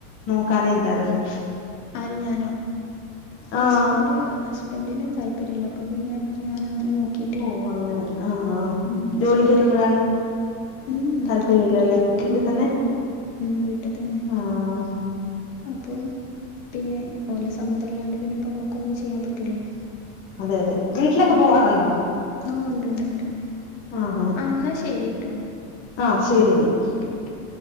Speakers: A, on the left (about 25°); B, on the left (about 65°).
A: നോക്കാനെന്തായിരുന്നു
B: ആര് ഞാനോ ഹസ്ബൻ്റ്
A: ആഹ്
B: ഹസ് ബന്റിന് താല്പര്യല്ല അപ്പൊ പിന്നെ ഞാനൊങ്ങനെ നോ ട്ടില്ല
A: ഓ അങ്ങനെ ആഹ് ആഹ്
B: ഉം ഹസ്ബൻ്റയക്കും.
A: ജോലിക്കൊന്നും വിടാനൊന്നും
B: ഉം
A: താല്പര്യമില്ലല്ലേ
B: താല്പര്യ ഇല്ല
A: വീട്ടിൽ
B: ഉം
A: തന്നെ
B: ഉം വീട്ടിൽ തന്നെ
A: ആഹ്
B: അപ്പൊ പിന്നെ ഓലെ സമ്മതം ഇല്ലാണ്ട് പിന്നെ ഇപ്പമ്മുക്ക് ഒന്നും ചെയ്യാൻ പറ്റൂലല്ലോ
A: അതെ അതെ വീട്ടിലൊക്കെ
B: അപ്പൊ
A: പോവാറുണ്ടോ
B: ഓ ഉണ്ട്ണ്ട് ഉണ്ട്
A: ആഹ് ആഹ്
B: ആ എന്നാ ശരിട്ടോ
A: ആഹ് ശരിയന്നാ
B: ഓക്കെ ഓക്കെ ഉം